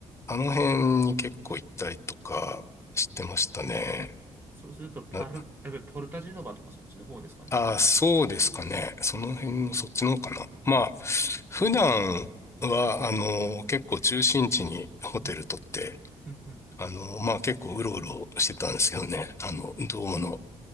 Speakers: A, on the left; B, on the right.
A: あの辺に結構行ったりとかしてましたね。
B: そうすると、パル、
A: な、
B: えポルタジェノバとかそっちの方ですかね。
A: ああ、そうですかね。その辺のそっちの方かな。まあ、普段は、あの、結構中心地にホテル取って、
B: うん、うん、うん。
A: あの、まあ結構うろうろしてたんですけどね。あの、ドームの